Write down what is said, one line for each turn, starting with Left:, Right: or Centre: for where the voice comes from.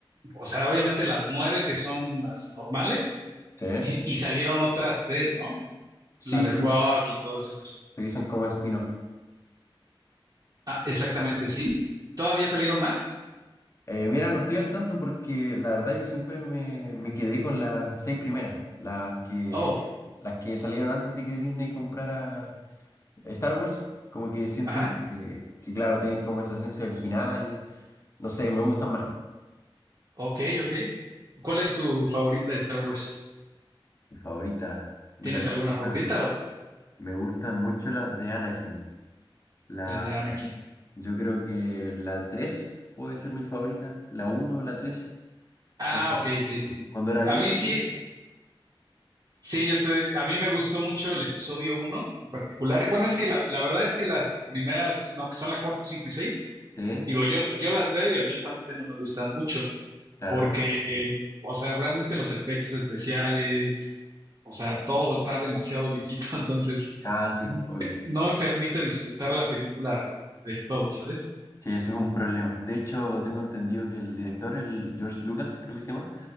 Right: o sea, obviamente las nueve que son las normales
Left: Sí,
Right: y, y salieron otras tres, ¿no?
Left: sí,
Right: La de Rock y todas esas.
Left: sí, son como spin-off.
Right: Ah, exactamente, sí. ¿Todavía salieron más?
Left: Eh, mira, no estoy al tanto porque la verdad yo siempre me, me quedé con las seis primeras, las que,
Right: Oh,
Left: las que salieron antes de que Disney comprara Star Wars. Como que siento
Right: ajá,
Left: que, que, claro, tienen como esa esencia original. No sé, me gustan más.
Right: ok, ok. ¿Cuál es tu favorita de Star Wars?
Left: Mi favorita. Mira,
Right: ¿Tienes
Left: me
Right: alguna
Left: gustan,
Right: favorita o
Left: me gustan mucho las de Anakin. La,
Right: las de Anakin?
Left: yo creo que la 3 puede ser mi favorita. La uno o la 3.
Right: Ah,
Left: Cuando,
Right: ok, sí, sí. sí.
Left: cuando era bien
Right: A mí
Left: chico.
Right: sí, sí, yo estoy, a mí me gustó mucho el episodio uno en particular. Bueno, es que la, la verdad es que las primeras, no, que son la 4, 5 y 6,
Left: Sí,
Right: digo, yo, yo las veo y honestamente no me gustan mucho
Left: claro.
Right: porque, eh, o sea, realmente los efectos especiales, o sea, todo está demasiado viejito, <laughs> entonces
Left: Ah, sí,
Right: n-
Left: obvio.
Right: no me permite disfrutar la película del todo, ¿sabes?
Left: Sí, eso es un problema. De hecho, tengo entendido que el director, el George Lucas, creo que se llama,